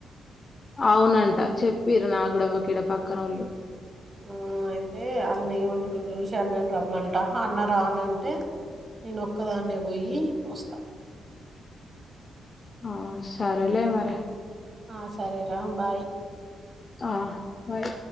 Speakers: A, on the left (about 25°); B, on the right (about 30°).
A: అవునంట చెప్పిరు నాకుగూడ మాకు ఈడ పక్కన నోళ్ళు
B: హు అయితే అన్న ఏమంటడో చూసి అన్నను రమ్మంటా అన్న రానంటే నేను ఒక్కదాన్నే పోయి వస్తా
A: ఆ సరేలే మరే
B: ఆ సరేరా బాయ్
A: ఆ బాయ్